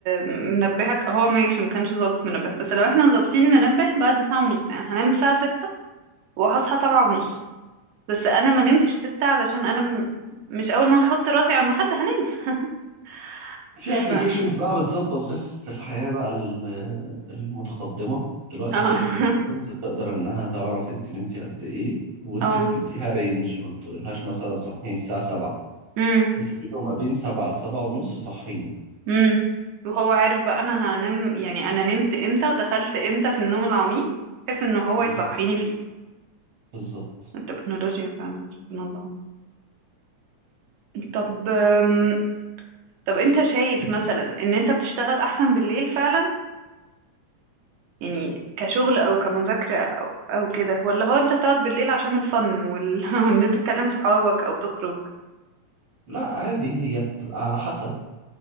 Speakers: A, on the right (about 65°); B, on the right (about 45°).
A: منبهك هو ماشي ما كانش ظابط منبه بس لو احنا ظابطين منبه بعد ساعه ونص يعني هنام الساعه ستة وهصحى سبعة ونص بس انا ما نمتش ستة علشان انا م... مش اول ما هحط راسي على المخده هنام <laughs>
B: في ابلكيشنز
A: ف
B: بقى بتظبط ده في الحياة بقى ال- المتقدمة دلوقتي
A: اه
B: في ابلكيشنز بتقدر انها تعرف انت نمتي قد ايه وانت
A: <laughs>
B: بتديها رينج ما بتقوللهاش مثلا صحيين الساعة 7
A: اه
B: بتقولي له ما بين 7 ل 7 ونص صحيين
A: امم وهو عارف بقى انا هنام يعني انا نمت امتى ودخلت امتى في النوم العميق بحيث ان هو
B: بالظبط
A: يصحيني فيه
B: بالظبط
A: التكنولوجيا فعلا سبحان الله طب أم، طب انت شايف مثلا ان انت بتشتغل احسن بالليل فعلا يعني كشغل او كمذاكرة او او كده ولا هو انت بتقعد بالليل عشان الفن وال... <laughs> وان انت تكلم صحابك او تخرج
B: لا عادي هي بتبقى على حسب